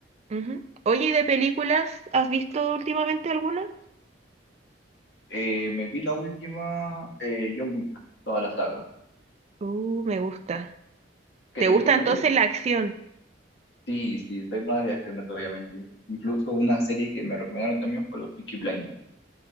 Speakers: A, on the right (about 35°); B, on the left (about 70°).
A: ujú. Oye, ¿y de películas has visto últimamente alguna?
B: Eh, me vi la última, eh, John Wick, toda la saga.
A: Uh, me gusta.
B: ¿Qué
A: ¿Te
B: te
A: gusta
B: viste
A: entonces
B: John Wick?
A: la acción?
B: Sí, sí, soy más de acción, no te voy a mentir. Incluso una serie que me recomendaron también fue los Peaky Blinders.